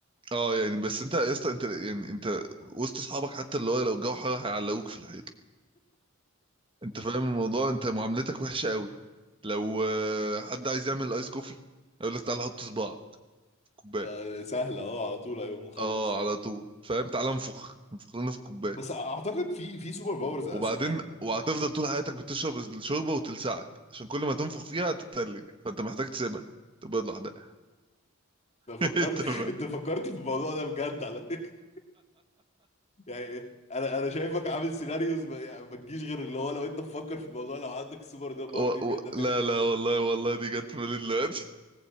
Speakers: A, on the right; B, on the left.
A: اه يعني بس انت يا اسطى انت يعني انت وسط اصحابك حتى اللي هو لو الجو حر هيعلقوك في الحيطه انت فاهم الموضوع انت معاملتك وحشه قوي لو آه، حد عايز يعمل ايس كوفي يقول لك تعالى حط صباع كوبايه
B: آه، سهله اه على طول هيقوم مخلص
A: اه على طول فاهم تعالى انفخ انفخ لنا في الكوبايه
B: بس اعتقد في في سوبر باورز اسوأ
A: وبعدين
B: يعني
A: وهتفضل طول حياتك بتشرب الشوربه وتلسعك عشان كل ما تنفخ فيها هتتلج فانت محتاج تسيبها تبيض لوحدها
B: انت فكرت
A: <laughs> انت فاهم
B: انت فكرت في الموضوع ده بجد على فكره يعني إيه؟ انا انا شايفك عامل سيناريوز ما يعني ما تجيش غير اللي هو لو انت تفكر في الموضوع لو عندك السوبر ده باور
A: و... و...
B: دي بجد هتعمل
A: لا
B: ايه
A: لا والله والله دي جت في بالي دلوقتي <laughs>